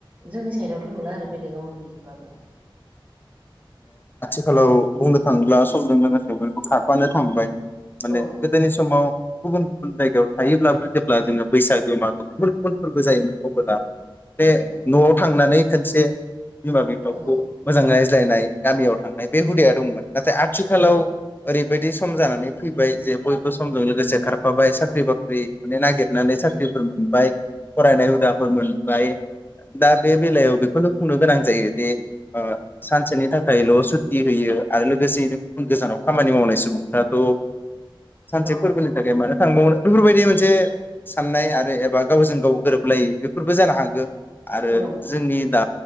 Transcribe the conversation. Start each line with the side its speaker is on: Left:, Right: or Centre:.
Right: जोंनि साइडआवथ' नुला आरो बेलेगाव नुयोबाबो।
Left: थिखालाव बुंनो थाङोब्ला समजों लोगोसे बयबो खारफानो थांबाय माने
Right: औ
Left: गोदोनि समाव गुबुन गुबुन जायगायाव थायोब्लाबो जेब्ला जोङो बैसागो मागो गुबुन गुबुन फोरबो जायोमोन अबोला बे
Right: उम
Left: न'आव थांनानै खोनसे बिमा बिफाखौ
Right: औ
Left: मोजांङै बुजायनाय गामियाव थांनाय बे हुदाया दंमोन। नाथाय आथिखालाव
Right: औ
Left: ओरै बादि सम जानानै फैबाय जे बयबो समजों लोगोसे खारफाबाय साख्रि बाख्रि माने नागिरनानै
Right: उम
Left: साख्रिफोर मोनबाय फरायनाय हुदाफोर मोनबाय दा बे बेलायाव बेखौ खोनो बुंनो गोनां जायो दि ओ सानसेनि थाखायल' सुति होयो आरो लोगोसेयैनो गुबुन गोजानाव खामानि मावनाय सुबुंफ्राथ' सानसे
Right: औ
Left: फोरबोनि थाखाय मानो थांबावनो बेफोरबायदि मोनसे साननाय आरो एबा गावजों गाव गोरोबलायि बेफोरबो जानो हागो। आरो
Right: औ
Left: जोंनि दा